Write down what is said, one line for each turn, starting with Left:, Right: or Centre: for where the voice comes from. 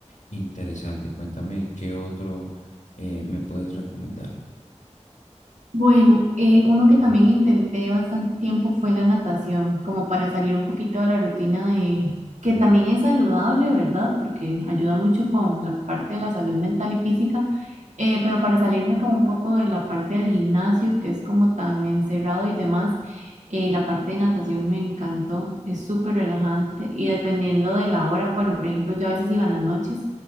Left: interesante. Cuéntame, ¿qué otro eh, me puedes recomendar?
Right: Bueno, eh, uno que también intenté bastante tiempo fue la natación, como para salir un poquito de la rutina de, que también es saludable, ¿verdad? Porque ayuda mucho con la parte de la salud mental y física, eh, pero para salirme como un poco de la parte del gimnasio, que es como tan encerrado y demás, eh, la parte de natación me encantó, es súper relajante y dependiendo de la hora, bueno, por ejemplo, yo a veces iba en las noches.